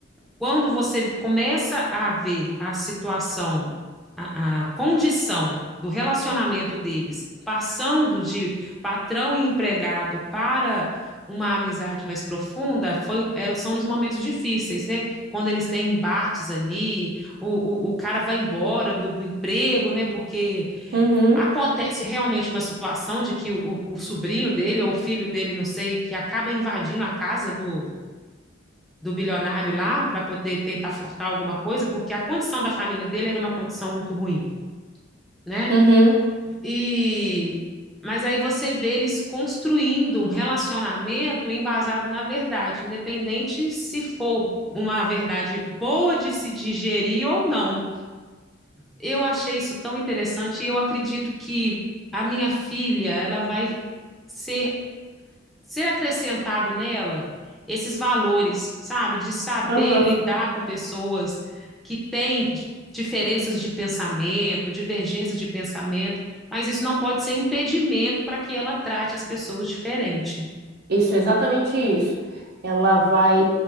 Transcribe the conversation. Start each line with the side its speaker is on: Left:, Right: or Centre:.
Centre: Quando você começa a ver a situação, a, a condição do relacionamento deles passando de patrão e empregado para uma amizade mais profunda foi, é, são nos momentos difíceis, né? Quando eles têm embates ali, o, o, o cara vai embora do, do, emprego, né? Porque
Right: Uhum,
Centre: acontece realmente uma situação de que o, o, sobrinho dele ou o filho dele, não sei, que acaba invadindo a casa do, do bilionário lá para poder tentar furtar alguma coisa, porque a condição da família dele era uma condição muito ruim, né?
Right: uhum,
Centre: E mas aí você vê eles construindo um relacionamento embasado na verdade, independente se for uma verdade boa de se digerir ou não. Eu achei isso tão interessante e eu acredito que a minha filha, ela vai ser ser acrescentado nela esses valores, sabe? De saber
Right: aham.
Centre: lidar com pessoas que têm diferenças de pensamento, divergências de pensamento, mas isso não pode ser impedimento para que ela trate as pessoas diferente.
Right: Isso, é exatamente isso. Ela vai,